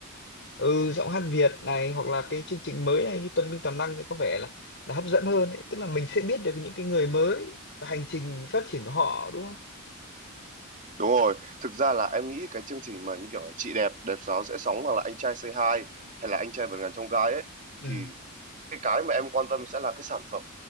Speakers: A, on the left; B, on the right.
A: ừ giọng hát Việt này hoặc là cái chương trình mới này như Tuần Minh Toàn Năng thì có vẻ là là hấp dẫn hơn ấy. Tức là mình sẽ biết được những cái người mới và hành trình phát triển của họ đúng không?
B: đúng rồi thực ra là em nghĩ cái chương trình mà như kiểu là chị đẹp đẹp sáo sẽ sóng hoặc là anh trai say hi hay là anh trai vượt ngàn chông gai ấy
A: Ừ
B: thì cái cái mà em quan tâm sẽ là cái sản phẩm